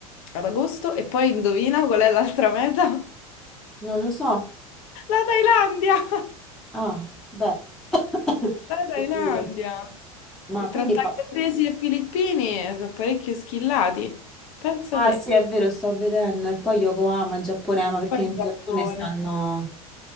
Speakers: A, on the left; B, in the centre.
A: ad agosto e poi indovina qual è l'altra meta?
B: non lo so.
A: <laughs> La Thailandia! <laughs>
B: Ah, beh, <coughs>
A: La
B: che
A: Thailandia!
B: dire. Ma
A: Che
B: quindi...
A: tra thailandesi
B: <laughs>
A: e filippini eh, sono parecchio schillati. Pensa
B: Ah
A: te.
B: sì, è vero, sto vedendo. E poi Yokohama, Giapponema, perché
A: Poi in
B: in
A: Giappone.
B: Giappone stanno,